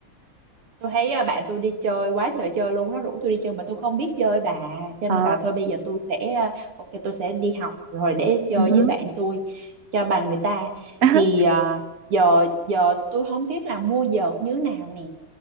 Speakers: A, on the right (about 80°); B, on the right (about 40°).
A: tôi thấy à, bạn tôi đi chơi quá trời chơi luôn nó rủ tôi đi chơi mà tôi không biết chơi bà cho
B: Ờ,
A: nên là thôi bây giờ tôi sẽ à, ok tôi sẽ đi học rồi để chơi
B: ừ <laughs>
A: với bạn tôi cho bằng người ta
B: hứ.
A: thì à, giờ giờ tôi không biết là mua vợt như nào nè